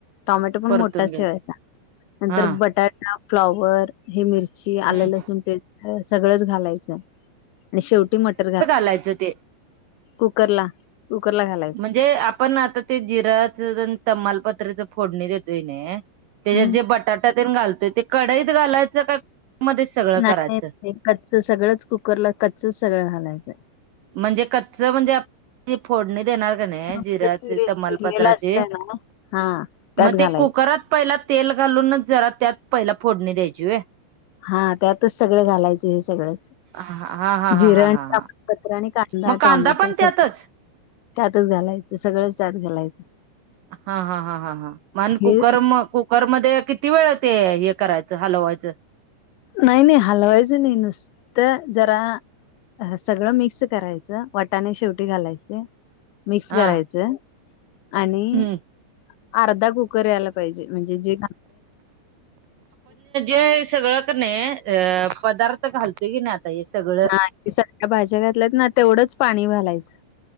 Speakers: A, on the left; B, on the right.
A: टॉमॅटो पण
B: परतून
A: मोठाच
B: घ्यायच
A: ठेवायचा नंतर
B: हा
A: बटाटा फ्लॉवर हे मिरची
B: हम्म
A: आले लसूण पेज सगळंच घालायचं आणि शेवटी मटर घालाय
B: लायचं ते
A: कुकर ला उकरला घाला
B: म्हणजे आपण आता ते जिराच तमालपत्राच फोडणी देतोय नाही. त्याच्यात
A: हम्
B: जे बटाट्या ते घालतोय ते कडाईत घालायचं का मध्ये सगळं
A: नाही
B: करायचं
A: नाही कच्च सगळंच कुकरला कच्चच सगळं घालायचंय.
B: म्हणजे कच्च म्हणजे ती फोडणी देणार का नाही
A: मस्त
B: जिरायाचे
A: चिरे
B: तमालपत्राची
A: चिरलेला असतय ना हा त्यात
B: मग ते
A: घालाय.
B: कुकरात पहिला तेल घालूनच जरा त्यात पहिला फोडणी द्यायची आहे
A: हा त्यातच सगळ घालायचं हे सगळं
B: हा हा हा
A: जिर
B: हा हा हा
A: कापत्र
B: हा
A: आणि का कडा
B: मग कांदा
A: टोमॅटो
B: पण
A: सगळ
B: त्यातच
A: त्यातच घालायच सगळं त्यात घालायचं
B: हा हा हा हा हा म
A: हे
B: कुकर म करमध्येध्ये किती वेळ ते हे करायचं हलवायचं
A: नाही नाही हलवायच नाही नुसत जरा अ सगळं मिक्स करायचं वाटाने शेवटी घालायचे मिक्स
B: हा
A: करायचं आणि
B: हम्म
A: अर्धा कुक ककर यायला पाहिजे. <inaudible> म्हणजे जे
B: ते सगळं कर नाही अ पदार्थ घालतोय की नाही. आता हे सगळं
A: हा सगळ्या भाज्या घातल्यात ना तेवढंच पाणी घालायचं